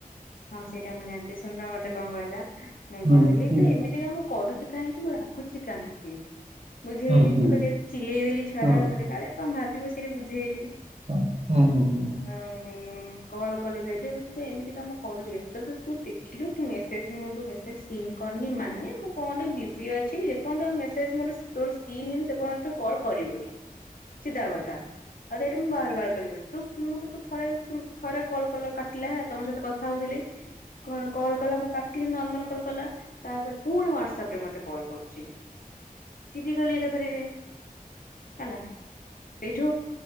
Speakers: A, on the left; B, on the right.
A: ହଁ ସେଇଟା ମୁଁ ଜାଣିଚି ସୁନନ ମତେ କଣ କହିଲା ମୁଁ
B: ହୁଁ
A: କହିଲି
B: ହୁଁ
A: ତୁ ଏମିତିକା ମୁଁ କରୁଚୁ କାହିଁକି ମୁଁ ରାଗୁଚି କାହିଁକି। ବୁଝେଇଲି
B: ଡରେଇ ଧମକି ରଖୁଛି ପୁରା।
A: ମୁଁ କହିଲି ତୁ ଚିଲେଇଦେଲି ଛୁଆଟା
B: ହଁ
A: ଉପରେ କାଳେ କଣ ଭାବିବ ସେଇଠି ବୁଝେଇଲି।
B: ହ ହୁଁ ହୁଁ ହୁଁ।
A: ହଁ କଲ କଲେ ସେଇଠି କହିଲି ତୁ ଏମିତି କାମ କରୁଛୁ କାଇଁ ଲି ତୁ ଦେଖିଲୁ ତୁ ମେସେଜ ମୁଁ ତୋ ମେସେଜ ସିନ କରିନି ମାନେ ମୁଁ କଣ ଗୋଟେ ବିଜି ଅଛି। ପର୍ଯ୍ୟନ୍ତ ମେସେଜ୍ ମୋର ତୋର ସିନ୍ ହେଇନି ସେପର୍ଯ୍ୟନ୍ତ ତୁ କଲ୍ କରିବୁନି ସିଧା କଥା। ତାକୁ ଏଇଟା ମୁଁ ବାର ବାର କରି କହିବି ତୁ ଫୁନୁ ତାକୁ ଥରେ କଲ୍ କଲ କାଲି କାଟିଲା ତମ ସହିତ କଥା ହଉଥିଲି କଲ କଲା ମୁଁ କାଟିିଲି ନର୍ମାଲ କଲ କଲା ତାପରେ ପୁଣି ହ୍ୱାଟ୍ସାପ ରେ ମୋତେ କଲ କରୁଚି ଚିଡ଼ିଗଲି ଏକାଥରେକେ। ହେଲା ହେଇଠୁ